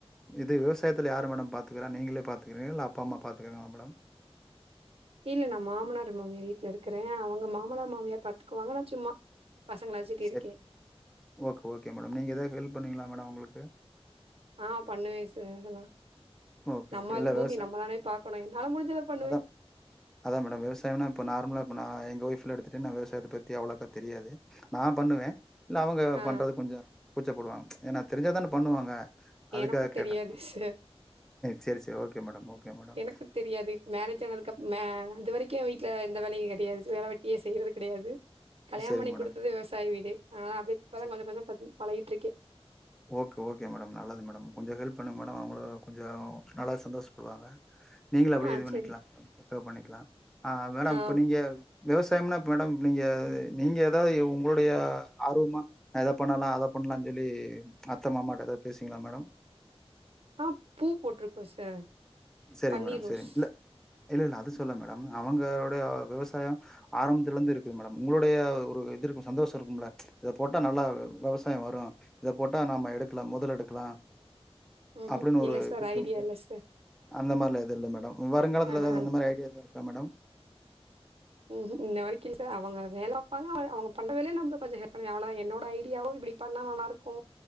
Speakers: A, in the centre; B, on the right (about 65°).
A: இது விவசாயத்துல யாரு மேடம் பாத்துக்கறா நீங்களே பாத்துக்கிறீங்ளா இல்ல அப்பா அம்மா பாத்துக்கறாங்களா மேடம்
B: இல்ல நா மாமனார் மாமியார் வீட்டுல இருக்கற அவுங்க மாமனார் மாமியார் பாத்துக்குவாங்க நா சும்மா பசங்கள வச்சுட்டு
A: சரி
B: இருக்கே
A: ஓகே ஓகே மேடம் நீங்க எதாவது ஹெல்ப் பண்ணுவிங்களா மேடம் அவுங்களுக்கு
B: ஆஹ் பண்ணுவே சார் அதெல்லா
A: ஓகே
B: நம்மது
A: ஓகே இல்ல
B: பூமி
A: விவசாய
B: நம்ம தானே பாக்கணு என்னால முடிஞ்சத பண்ணுவே
A: அதா அதா மேடம் விவசாயம்னா இப்ப நார்மலா இப்ப நா எங்க ஒய்ஃப் இல்ல எடுத்துட்டு நா விவசாயத்த பத்தி அவ்ளோக்கா தெரியாது நா பண்ணுவே இல்ல அவுங்க
B: ஆ
A: பண்றது கொஞ்சோ கூச்சப்படுவாங்க ஏன்னா தெரிஞ்சா தான பண்ணுவாங்க அதுக்காக
B: எனக்கு
A: கேட்டேன்
B: தெரியாது சார்
A: சரி சரி ஓகே மேடம் ஓகே மேடம்
B: எனக்கு தெரியாது மேரேஜ் ஆனதுக்கு அப் மே இது வரைக்கு வீட்ல எந்த வேலையு கெடயாது வேல வெட்டியே செய்யறது கிடையாது கல்யாண
A: சரிங்க
B: பண்ணி
A: மேடம்
B: குடுத்தது விவசாய வீடு அதனால அப்டே இப்பா
A: சரி
B: தா கொஞ்சோ கொஞ்சோ பழகிட்டு இருக்கே
A: ஓகே ஓகே மேடம் நல்லது மேடம் கொஞ்சோ ஹெல்ப் பண்ணுங்க மேடம் அவுங்களு கொஞ்சோ நல்லாவே சந்தோஷப்படுவாங்க நீங்களு அப்டியே
B: ஆ
A: இது பண்ணிக்கலா
B: செரி
A: பண்ணிக்கலா மேடம்
B: ஆ
A: இப்போ நீங்க விவசாயம்னா இப்ப மேடம் நீங்க நீங்க ஏதாவது உங்களுடைய ஆர்வமா எத பண்ணலா அத பண்லான் சொல்லி அத்த மாமாட்டா எதாவ்து பேசுவிங்ளா மேடம்
B: ஆ பூ போட்ருக்கோ சார்
A: சேரிங்க
B: பன்னீர்
A: மேடம்
B: ரோஸ்
A: சேரிங்க மேடம் இல்ல இல்ல இல்ல அது சொல்ல மேடம் அவங்களுடைய விவசாயம் ஆரம்பத்ல இருந்து இருக்குது மேடம் உங்களுடைய ஒரு இது ருக்கூ சந்தோஷ இருக்கும்ல இத போட்டா நல்லா விவசாயம் வரும் இத போட்டா நாம எடுக்லாம் முதல் எடுக்லா
B: ம்ஹூம்
A: அப்டின்னு ஒரு
B: இல்ல சார்
A: இது இருக்கும்ல்ல
B: ஐடியா இல்ல சார்
A: அந்த மார்லா எது இல்ல மேடம் வருங்காலத்துல
B: ஆஹ
A: எதாவ்து அந்த மாரி ஐடியாகள் இருக்கா மேடம்
B: ம் ஹும் ம் இன்ன வரைக்கு இல்ல சார் அவங்க வேல ப்பாங்க அவ அவுங்க பண்ற வேலய நம்ப கொஞ்சம் ஹெல்ப் பண்ணுவே அவ்ளோதா என்னோட ஐடியாவோ அப்டி பண்ணா நல்லா இருக்கூ